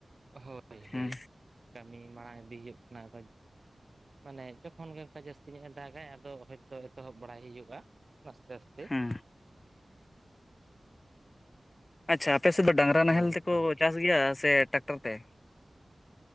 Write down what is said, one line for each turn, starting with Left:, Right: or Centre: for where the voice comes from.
Right: ᱦᱳᱭ ᱦᱳᱭ
Left: ᱦᱮᱸ
Right: ᱠᱟᱹᱢᱤ ᱢᱟᱲᱟᱝ ᱤᱫᱤ ᱦᱩᱭᱩᱜ ᱠᱟᱱᱟ ᱾ ᱟ ᱢᱟᱱᱮ ᱡᱚᱠᱷᱚᱱ ᱜᱮ ᱚᱱᱠᱟ ᱡᱟᱹᱥᱛᱤ ᱧᱚᱜ ᱮ ᱫᱟᱜᱟᱭ ᱟᱫᱚ ᱦᱚᱭᱛᱳ ᱮᱛᱚᱦᱚᱵ ᱵᱟᱲᱟᱭ ᱦᱩᱭᱩᱜᱼᱟ ᱟᱥᱛᱮ ᱟᱥᱛᱮ᱾
Left: ᱩᱸ ᱟᱪᱷᱟ ᱟᱯᱮ ᱥᱮᱫ ᱫᱚ ᱰᱟᱝᱨᱟ ᱱᱟᱦᱮᱞ
Right: ᱦᱳᱭᱛᱚ
Left: ᱛᱮᱠᱚ ᱪᱟᱥ ᱜᱮᱭᱟ ᱥᱮ ᱴᱨᱟᱠᱴᱟᱨ ᱛᱮ᱾